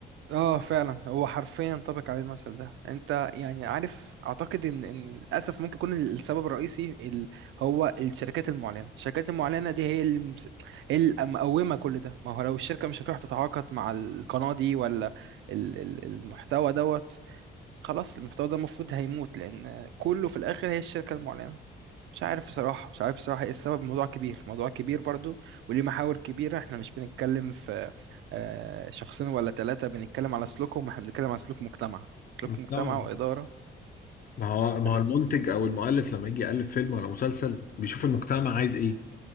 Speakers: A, on the right; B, on the left.
A: اه فعلا هو حرفيا ينطبق عليه المثل ده انت يعني عارف اعتقد ان ان للاسف ممكن يكون السبب الرئيسي ال... هو الشركات المعلنه الشركات المعلنه دي هي اللي مس... هي اللي مقومه كل ده ما هو لو الشركه مش هتروح تتعاقد مع القناه دي ولا ال... ال- المحتوى دوت خلاص المحتوى ده المفروض هيموت لان كله في الاخر هي الشركه المعلنه مش عارف بصراحه مش عارف بصراحه ايه السبب الموضوع كبير موضوع كبير برضو وليه محاور كبيره احنا مش بنتكلم في آه، شخصين ولا ثلاثه بنتكلم على سلوكهم احنا بنتكلم على سلوك مجتمع سلوك
B: المجتمع
A: مجتمع واداره
B: ما هو ما
A: حاجات
B: هو المنتج او المؤلف لما يجي يالف فيلم ولا مسلسل بيشوف المجتمع عايز ايه